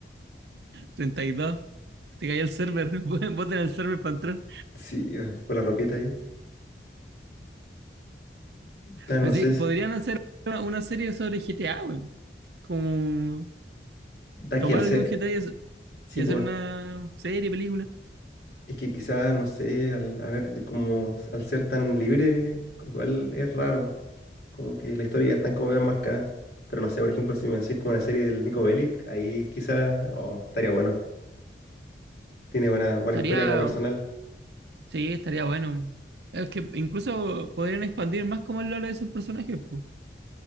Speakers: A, on the right; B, on the left.
A: 32. Se cayó el server. <laughs> Voten el server para entrar.
B: Sí, ah, con la ropita ahí. Pero
A: Pues
B: no sé,
A: sí,
B: es-
A: podrían hacer una, serie sobre GTA, güey. Como
B: da
A: tomar
B: que al ser,
A: algún GTA y, hacer-
B: sí,
A: y hacer
B: pues
A: una serie, película.
B: es que quizás, no sé, al, a ver, de como al ser tan libre, igual es raro. Como que la historia ya está como bien marcada. Pero no sé, por ejemplo, si me decís como una serie del Nico Bellic, ahí quizás, oh, estaría bueno. Tiene buena, buena
A: Estaría,
B: historia como personal.
A: sí, estaría bueno. Es que incluso podrían expandir más como el lore de sus personajes, po.